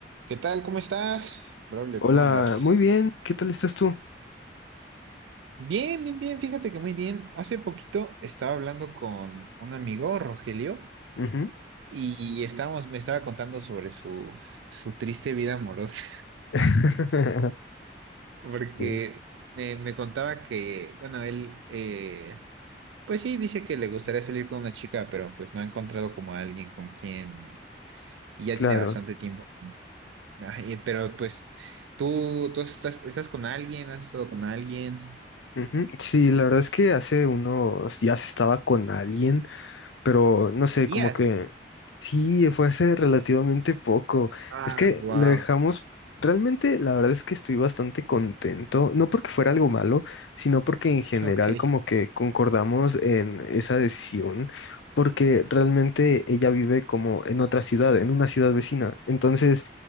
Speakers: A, on the right; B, on the left.
A: ¿Qué tal? ¿Cómo estás? Braulio,
B: Hola,
A: ¿cómo andas?
B: muy bien, ¿qué tal estás tú?
A: Bien, bien, bien, fíjate que muy bien. Hace poquito estaba hablando con un amigo, Rogelio,
B: Ujú.
A: y estábamos, me estaba contando sobre su, su triste vida amorosa,
B: <laughs>
A: <laughs> porque
B: Sí,
A: me, me contaba que, bueno, él, eh, pues sí, dice que le gustaría salir con una chica, pero pues no ha encontrado como a alguien con quien y, y ya
B: claro.
A: tiene bastante tiempo. Ay, eh, pero pues tú, tú estás, estás con alguien, has estado con alguien.
B: Ujú. Sí, la verdad es que hace unos días estaba con alguien. pero no sé,
A: Días.
B: como que sí, fue hace relativamente poco.
A: Ah,
B: Es que
A: wow.
B: lo dejamos, realmente la verdad es que estoy bastante contento, no porque fuera algo malo, sino porque en general
A: <laughs> Ok,
B: como que concordamos en esa decisión, porque realmente ella vive como en otra ciudad, en una ciudad vecina. Entonces,